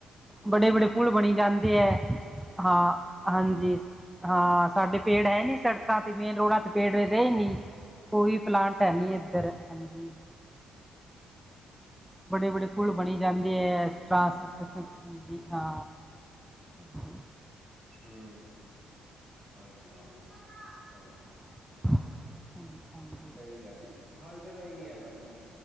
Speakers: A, in the centre; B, on the right.
A: ਬੜੇ-ਬੜੇ ਪੁੂਲ ਬਣੀ ਜਾਂਦੇ ਐ, ਹਾਂ ਹਾਂਜੀ ਹਾਂ ਸਾਡੇ ਪੇੜ ਹੈ ਨੀ ਸੜਕਾਂ 'ਤੇ ਮੇਨ ਰੋੜਾ 'ਤੇ ਪੇੜ ਰਏ ਨੀ। ਕੋਈ ਪਲਾਂਨਟ‌ ਹੈ ਨੀ ਏਧਰ, ਹਾਂਜੀ। ਬੱੜੇ-ਬੜੇ ਪੁਲ ਬਣੀ ਜਾਂਦੇ ਐ, ਟਰਾਂਸ ਬਸ ਹਾਂਜੀ ਹਾਂ, ਹਾਂਜੀ।
B: ਹੂੰ, ਆਈ ਥਾ ਹਾਂ।
A: <inaudible>
B: ਸਈ ਕੈ ਹਰ ਜਗਾ ਏਈ ਹੈਗਾ‌ ਨੀ,